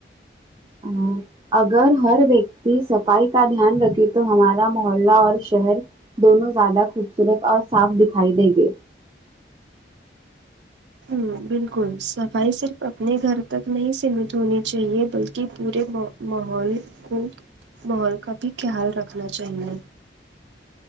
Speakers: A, on the right; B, on the right.
A: ہاں اگر ہر ویکتی صفائی کا دھیان رکھے تو ہمارا محلہ اور شہر دونوں زیادہ خوبصورت اور صاف دکھائی دیں گے
B: ہوں بالکل صفائی صرف اپنے گھر تک نہیں سیمت ہونی چاہیے بلکہ پورے مو ماحول کو ماحول کا بھی خیال رکھنا چاہیے